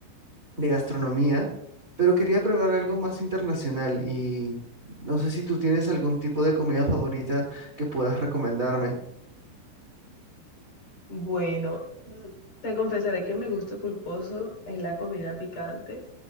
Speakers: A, on the right; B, on the left.
A: de gastronomía, pero quería probar algo más internacional y no sé si tú tienes algún tipo de comida favorita que puedas recomendarme.
B: Bueno, mm, te confesaré que mi gusto culposo es la comida picante